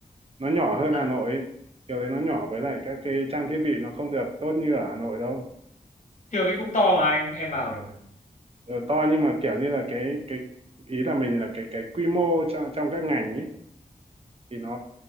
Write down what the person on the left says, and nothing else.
dạ,
trường ấy cũng to mà anh, em vào rồi.